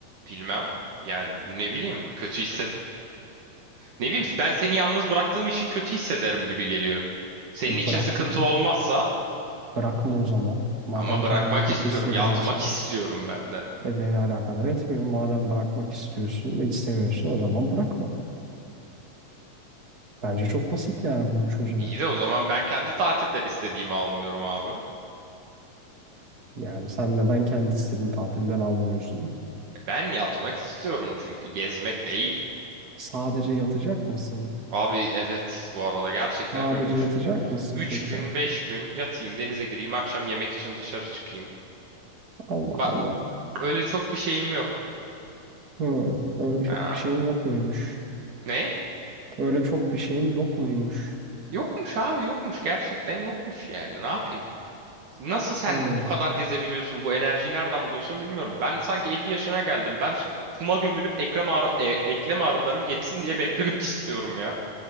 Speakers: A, on the right; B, on the right.
A: Bilmem. Yani ne bileyim. Kötü hisset... Ne bileyim ben seni yalnız bıraktığım için kötü hissederim gibi geliyor. Senin
B: E,
A: için
B: bırakma.
A: sıkıntı olmazsa
B: Bırakma o zaman. Madem
A: ama bırakmak
B: kendini kötü
A: istiyorum.
B: hissedeceksin.
A: Yatmak istiyorum ben de.
B: E beni alakadar etmiyor. Madem bırakmak istiyorsun, istemiyorsun o zaman bırakma. Bence çok basit yani bunun çözümü.
A: İyi de o zaman ben kendi tatiller istediğimi almıyorum abi.
B: Yani sen neden kendi istediğin tatilden almıyorsun?
A: Ben yatmak istiyorum çünkü gezmek değil.
B: Sadece yatacak mısın?
A: Abi evet bu arada gerçekten
B: Sadece
A: şöyle üç
B: yatacak
A: gün
B: mısın
A: 3
B: peki?
A: gün 5 gün yatayım denize gireyim akşam yemek için dışarı çıkayım.
B: Allah
A: Bak
B: Allah.
A: öyle çok bir şeyim yok.
B: Hı, öyle çok
A: Ha,
B: bir şeyin yok muymuş?
A: ne?
B: Öyle çok bir şeyin yok muymuş?
A: Yokmuş abi yokmuş gerçekten yokmuş yani ne yapayım? Nasıl sen
B: Hı.
A: bu kadar gezebiliyorsun bu enerjiyi nereden buluyorsun bilmiyorum. Ben sanki 50 yaşına geldim ben kuma gömülüp ekrem ağrı, e- eklem ağrılarım geçsin diye <laughs> beklemek istiyorum ya.